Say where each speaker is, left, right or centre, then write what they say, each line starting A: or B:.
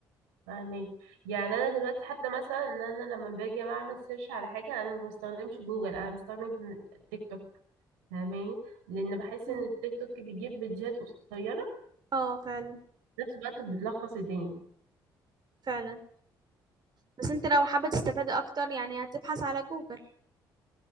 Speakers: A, on the right (about 70°); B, on the right (about 40°).
A: فاهمك يعني انا دلوقتي حتى مثلا ان انا لما باجي اعمل سيرش على حاجه انا ما بستخدمش جوجل انا بستخدم تيك توك فاهماني لان بحس
B: مم.
A: ان التيك توك بيجيب فيديوهات قصيره
B: اه فعلا
A: في نفس الوقت بتلخص الدنيا
B: فعلا بس انت لو حابة تستفادي اكتر يعني هتبحث على جوجل